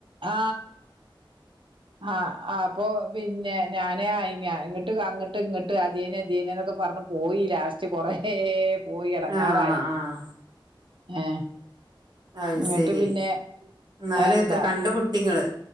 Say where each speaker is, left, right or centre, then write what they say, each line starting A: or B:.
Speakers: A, on the right (about 70°); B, on the right (about 55°).
A: ആ ആ ആ അപ്പൊ പിന്നെ ഞാനേ ആയിഞ അങ്ങോട്ട് ഇങ്ങിട്ട് അതേനെ അധനേ എന്നൊക്കെ പറഞ്ഞു പോയി ലാസ്റ്റ് കുറേ പോയി ഇടങ്ങാറായി
B: ആഹ് ആഹ്
A: ഏ
B: അത്
A: ഇങ്ങിട്ട്
B: ശരി
A: പിന്നെ
B: എന്നാല്
A: എന്താ
B: കണ്ടുമുട്ടിങ്ങള്